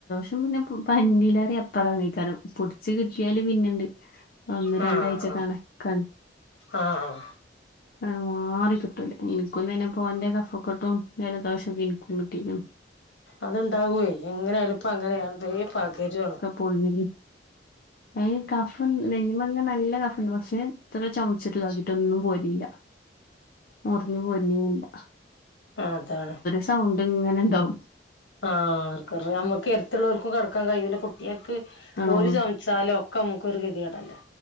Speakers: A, on the left; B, on the left.
A: <unintelligible> പിന്നെ പു പനിന്റീലാറിം അപ്പറേണേക്കാരം പുട് ച്ച് കിട്ടിയാല് പിന്നെണ്ട് ഒന്ന്
B: ആഹ്
A: രണ്ടാഴ്ച
B: ആഹ്
A: കണക്കാണ്.
B: ആഹ്
A: അയ്മാറി കിട്ടൂല ഇൻക്കുംതന്നെ പ്പോ ന്റെ കഫക്കെട്ടും ജലദോഷം ഒക്കെ ഇൻക്കും കിട്ട് ട്ടിനും.
B: അത്ണ്ടാവോയ് എങ്ങനെയാലുംപ്പോ അങ്ങനെയ വേം പകര്യാണ്.
A: പൊളിഞ്ഞെങ്കില് എ കഫം നെഞ്ഞ്മങ്ങെ നല്ല കഫണ്ട് പക്ഷെ എത്ര ചൊമച്ചിട്ട് താക്കിട്ടോന്നും പോര്നില്ല. മുറിഞ്ഞ് പൊര്‌നേഇല്ല.
B: ആ അതാണ്.
A: സൗണ്ട് ഇങ്ങനെണ്ടാവും.
B: ആ കൊറേ മ്മക്ക് എര്ത്ത്ള്ളോൽക്കും കട്ക്കാൻ കയൂല കുട്ട് ട്ട്യാക്ക്
A: ആഹ്
B: ഒൽ ചൊമച്ചാലൊഒക്കെ അമക്കൊരു കെതിടല്ലേ.